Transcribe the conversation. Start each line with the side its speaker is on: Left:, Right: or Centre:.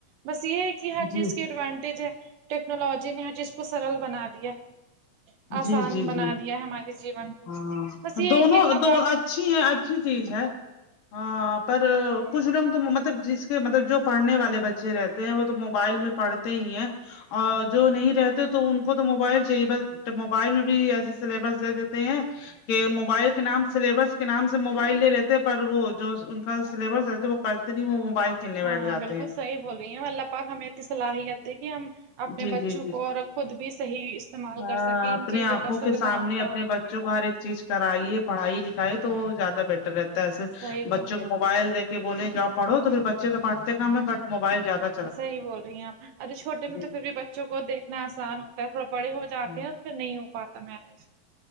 Right: بس یہ ہے کہ ہر
Left: جی
Right: چیز کے ایڈوانٹیج ہے ٹیکنالوجی نے ہر چیز کو سرل بنا دیا ہے آسان
Left: جی جی
Right: بنا
Left: جی
Right: دیا ہے ہمارے جیون کو
Left: ہاں
Right: بس یہ
Left: دونوں
Right: ہے کہ اللہ
Left: دو
Right: پاک
Left: اچھی ہے اچھی چیز ہے ہاں پر کچھ لوگ تو مطلب جس کے مطلب جو پڑھنے والے بچے رہتے ہیں وہ تو موبائل میں پڑھتے ہی ہیں اور جو نہیں رہتے تو ان کو تو موبائل چاہیے بس تو موبائل میں بھی ایسے سلیبس دے دیتے ہیں کہ موبائل کے نام سلیبس کے نام سے موبائل لے لیتے پر وہ جو ان کا سلیبس رہ وہ کرتے نہیں وہ موبائل کھیلنے
Right: ہاں
Left: بیٹھ
Right: ہاں
Left: جاتے
Right: بالکل
Left: ہیں
Right: صحیح بول رہی ہیں اللہ پاک ہمیں صلاحیت ہے کہ ہم اپنے
Left: جی جی
Right: بچوں
Left: جی
Right: کو اور خود بھی صحیح استعمال
Left: ہاں
Right: کر سکیں ان
Left: اپنے
Right: چیزوں
Left: آنکھوں
Right: کا سویدھاؤں
Left: کے سامنے
Right: کا
Left: اپنے بچ بچوں کو ہر ایک چیز کرائیے پڑھائی لکھائی تو زیادہ بیٹر رہتا ہے ایسے
Right: صحیح
Left: بچوں
Right: بول
Left: کو موبائل دے کے بولے جاب پڑھ تو پھر بچے تو پڑھتے کام ہے بٹ موبائل زیادہ
Right: صحیح بول رہی ہیں آپ ارے چھوٹے میں
Left: جی
Right: تو پھر بھی بچوں کو دیکھنا آسان ہوتا ہے تھوڑا بڑے ہو جاتے
Left: جی
Right: ہیں پ نہیں ہو پاتا مینج